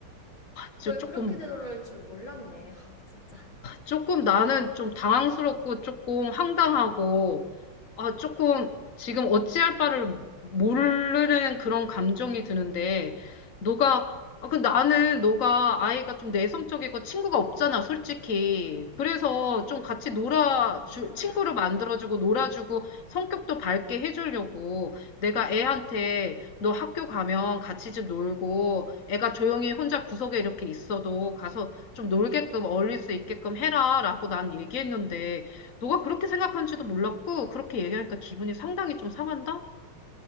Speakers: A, on the left; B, on the left.
A: 그걸
B: 진짜 조금
A: 그렇게 되돌릴 줄 몰랐네. 하, 진짜.
B: 조금 나는 좀 당황스럽고 조금 황당하고, 아, 조금 지금 어찌할 바를 모르는 그런 감정이 드는데, 너가, 아, 그 나는 너가 아이가 좀 내성적이고 친구가 없잖아, 솔직히. 그래서 좀 같이 놀아주,
A: 음, 진짜
B: 친구를 만들어주고 놀아주고 성격도 밝게 해주려고 내가 애한테 너 학교 가면 같이 좀 놀고 애가 조용히 혼자 구석에 이렇게 있어도 가서 좀 놀게끔 어울릴 수 있게끔 해라라고 난 얘기했는데 너가 그렇게 생각하는지도 몰랐고 그렇게 얘기하니까 기분이 상당히 좀 상한다?